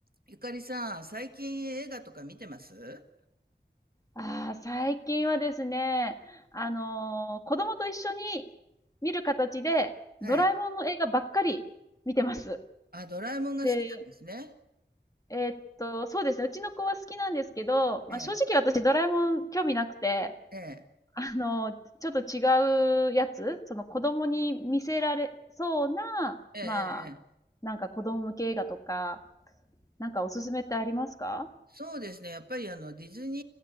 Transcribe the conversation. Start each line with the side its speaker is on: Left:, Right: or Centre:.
Right: ゆかりさん、最近映画とか見てます
Left: ああ、最近はですね、あのー子供と一緒に見る形で、
Right: はい。
Left: ドラえもんの映画ばっかり見てます。
Right: あ、ドラえもんが好きなんですね。
Left: で、えーっと、そうですね、うちの子は好きなんですけど、まあ、
Right: ええ、
Left: 正直私ドラえもん興味なくて、
Right: ええ、
Left: あのーちょっと違うやつ、その子供に見せられそうな、
Right: ええ、
Left: まあ、
Right: ええ、
Left: なんか子供向け映画とか、なんかおすすめってありますか
Right: そうですね。やっぱりあの、ディズニ